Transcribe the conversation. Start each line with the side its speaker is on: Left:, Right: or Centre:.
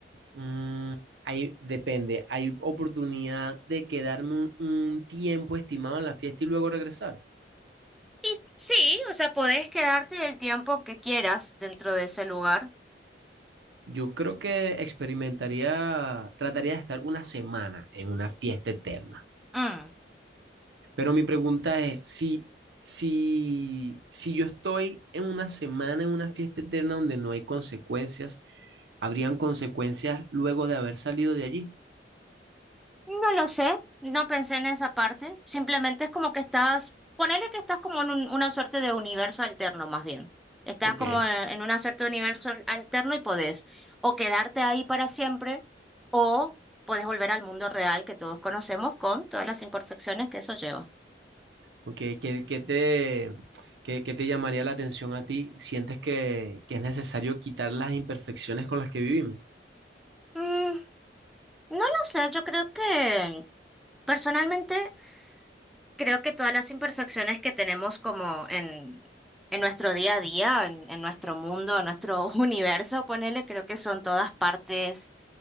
Right: mm, hay, depende, ¿hay oportunidad de quedarme un, un tiempo estimado en la fiesta y luego regresar?
Centre: Y sí, o sea, podés quedarte el tiempo que quieras dentro de ese lugar.
Right: Yo creo que experimentaría, trataría de estar una semana en una fiesta eterna.
Centre: Mm,
Right: Pero mi pregunta es, si, si, si yo estoy en una semana en una fiesta eterna donde no hay consecuencias, ¿habrían consecuencias luego de haber salido de allí?
Centre: No lo sé, no pensé en esa parte. Simplemente es como que estás, ponele que estás como en un- una suerte de universo alterno, más bien. Estás
Right: Ok.
Centre: como en una suerte de universo alterno y podés o quedarte ahí para siempre o podés volver al mundo real que todos conocemos con todas las imperfecciones que eso lleva.
Right: Ok, ¿qué, qué te, qué, qué te llamaría la atención a ti? ¿Sientes que, que es necesario quitar las imperfecciones con las que vivimos?
Centre: Mm, no lo sé, yo creo que personalmente creo que todas las imperfecciones que tenemos como en, en nuestro día a día, en, en nuestro mundo, en nuestro <laughs> universo, ponele, creo que son todas partes